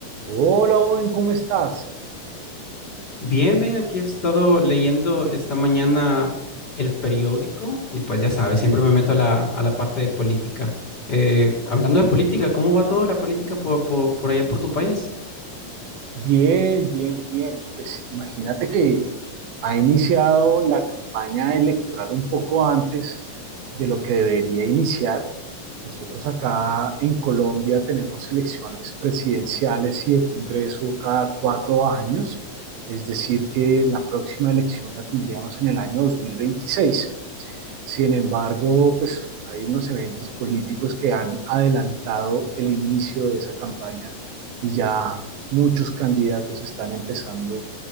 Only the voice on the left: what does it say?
Bien, bien, aquí he estado leyendo esta mañana el periódico y pues ya sabes, siempre me meto a la, a la parte de política. Eh, hablando de política, ¿cómo va toda la política por, por- por allá por tu país?